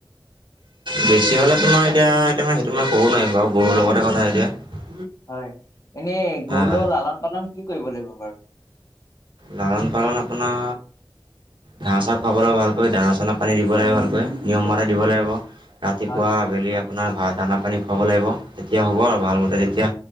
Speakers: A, on the right; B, on the left.
A: বেছি হ'লে তোমাৰ এতিয়া, এতিয়া ম সেইটো মই ক'ব নোৱাৰিম বাৰু গৰুৰ লগতে কথা এতিয়া।
B: হয়, এনেই
A: হয়
B: গৰুৰ
A: হয়
B: লগত লালন পালন কি কৰিব লাগিব বাৰু?
A: লালন পালন আপোনাৰ ঘাঁহ চাহহ খুৱাবলৈ ভালকৈ দানা চানা পানী দিব লাগে ভালকৈ, নিয়ম মৰাই দিব লাগিব। ৰাতিপুৱা
B: হয়
A: আবেলি আপোনাৰ ভ দানা পানী খুৱাব লাগিব তেতিয়া হ'ব আৰু ভালমতে তেতিয়া